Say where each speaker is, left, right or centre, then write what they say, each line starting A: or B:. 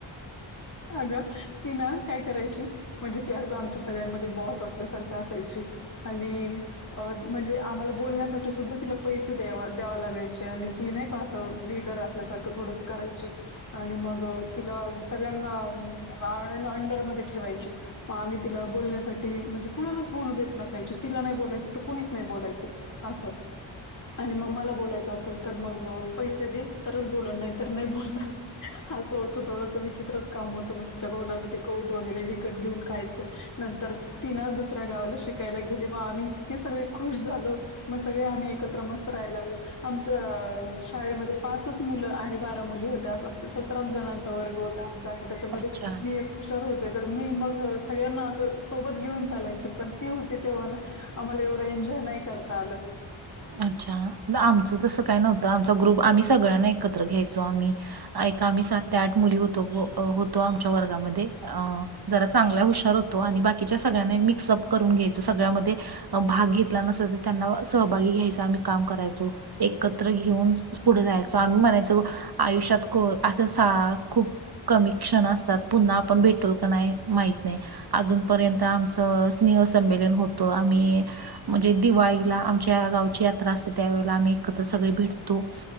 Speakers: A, on the left; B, on the right.
A: अगं ती ना काय करायची म्हणजे ती असं आमचा सगळ्यामध्ये बॉस असल्यासारखं असायची. आणि अ म्हणजे आम्हाला बोलण्यासाठी सुद्धा तिला पैसे द्याव द्यावा लागायचे आणि ती नाही का असं लिडर असं तुझ्यासारखं थोडंसं करायची. आणि मग तिला सगळ्यांना राड अंडरमध्ये ठेवायची. मग आम्ही तिला बोलण्यासाठी म्हणजे कुणालाच बोलू देत नसायची. तिला नाही बोलायचं तर कुणीच नाही बोलायचं. असं आणि मग मला बोलायचं असं तर मग पैसे दे तरच बोलण, नाही तर नाही बोलणार. असं होतं थोडंस विचित्रच काम होतं, मग तिच्या <unintelligible> ते कौट वगैरे विकत घेऊन खायचं. नंतर तिनं दुसऱ्या गावाला शिकायला गेले, मग आम्ही इतके सगळे खुश झालो. मग सगळे आम्ही एकत्र मस्त रहायला लागलो. आमचं शाळेमध्ये पाचच मुलं आणि बारा मुली होत्या सतराच जणांचा वर्ग होता. आम आणि त्याच्यामध्ये
B: अच्छा.
A: मी एक हुशार होते. तर मी मग सगळ्यांना असं सोबत घेऊन चालायची, पण ती होती तेव्हा ना आम्हाला एवढं एन्जॉय नाही करता आलं.
B: अच्छा. क्षआमचं तसं काय नव्हतं आमचा ग्रुप आम्ही सगळ्यांना एकत्र घ्यायचो आम्ही. ऐका आम्ही सात ते आठ मुली होतो अ होतो आमच्या वर्गामध्ये. अ जरा चांगल्या हुशार होतो आणि बाकीच्या सगळ्यांना मिक्सअप करून घ्यायचो सगळ्यामध्ये. भाग घेतला नसला तर त्यांना सहभागी घ्यायचं आम्ही काम करायचो. एकत्र घेऊन पुढे जायचो. आम्ही म्हणायचो आयुष्यात को असं सा खूप कमी क्षण असतात. पुन्हा आपण भेटल का नाही माहित नाही. अजूनपर्यंत आमचं स्नेह संमेलन होतो. आम्ही म्हणजे दिवाळीला आमच्या गावची यात्रा असते, त्यावेळेला आम्ही एकत्र सगळे भेटतो.